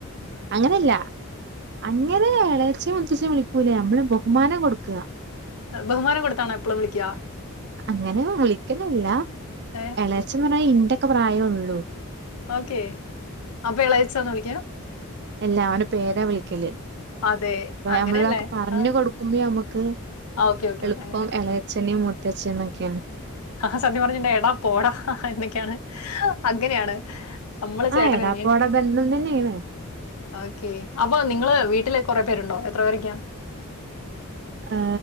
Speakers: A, on the right (about 50°); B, on the left (about 85°).
A: അങ്ങനെയല്ല അങ്ങനെ ഇളച്ച മുത്തഛും വിളിക്കൂലേ നമ്മളും കുമാന കൊടുക്കുക
B: ബഹുമാനം കൊടുത്താണോ എപ്പോളും വിളിക്കുക.
A: അങ്ങനെ വിളിക്കലില്ല
B: ഏഹ്
A: എളേച്ഛൻ പറഞ്ഞ ഇന്റൊക്കെ പ്രായോള്ളൂ.
B: ഓക്കെ, അപ്പൊ ഇളയച്ഛാന്ന് വിളിക്ക?
A: എല്ല അവന് പേരാ വിളിക്കല്
B: അതെ
A: അ
B: അങ്ങനെയല്ലേ?
A: നമ്മളതൊക്കെ പറഞ്ഞഞ്
B: ആഹ്
A: കൊടുക്കുമ്പോ നമ്മുക്ക്
B: ആഹ് ഓക്കേ ഓക്കേ
A: എളുപ്പം
B: ഓക്കേ അങ്ങനെ.
A: എളയച്ചന് മൂത്തച്ഛന്നൊക്കെയാണ്.
B: ആ സത്യ പറഞ്ഞിണ്ട എടാ പോടാ എന്നൊക്കെയാണ് അങ്ങനെയാണ്. നമ്മള് ചേട്ടന്
A: ആ എടാപ്പോട ബന്ധം തന്നെയാണ്
B: ഓക്കെ അപ്പൊ നിങ്ങള് വീട്ടിലെ കൊറെ പേരുണ്ടോ, എത്ര പേരൊക്കെയാ?
A: ഏ